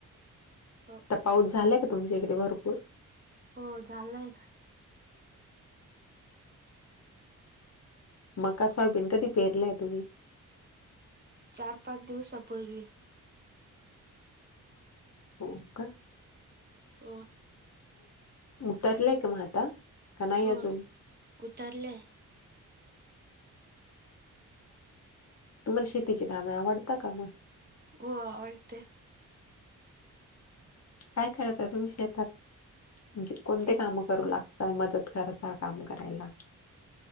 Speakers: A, on the right (about 25°); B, on the left (about 45°).
A: हो
B: पाऊस झालाय का तुमच्या इकडे भरपूर
A: हो झालंय ना
B: मकासॉयबीन कधी पेरलंय तुम्ही
A: चार पाच दिवसापूर्वी
B: हो का
A: अ
B: उतरलेय का म आता. का नाही
A: हो
B: अजून?
A: उतरले.
B: तुम्हाला शेतीचे काम आवडत का मग.
A: हो आवडते
B: काय करता आहे तुम्ही शेतात म्हणजे कोणते
A: जे
B: काम करू लागता मदत करायचा काम करायला